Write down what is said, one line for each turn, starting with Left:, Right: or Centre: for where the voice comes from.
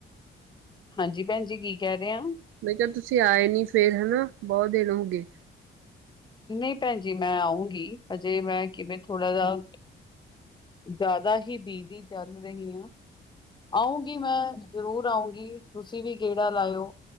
Left: ਹਾਂਜੀ ਭੈਣ ਜੀ ਕੀ ਕਹਿ ਰਹੇ ਹੋ।
Right: ਮੈ ਕਿਹਾ, ਤੁਸੀਂ ਆਏ ਨੀ ਫੇਰ ਹਨਾ ਬਹੁਤ ਦਿਨ ਹੋ ਗਏ।
Left: ਨਹੀਂ ਭੈਣ ਜੀ, ਮੈਂ ਆਊਂਗੀ। ਹਜੇ ਮੈਂ ਕਿਵੇਂ ਥੋੜਾ ਜਿਹਾ। ਜ਼ਿਆਦਾ ਹੀ, ਬੀਜ਼ੀ ਚੱਲ, ਰਹੀ ਹਾਂ। ਆਊਂਗੀ। ਮੈਂ ਜ਼ਰੂਰ ਆਊਂਗੀ। ਤੁਸੀਂ ਵੀ, ਗੇੜਾ ਲਾਇਓ।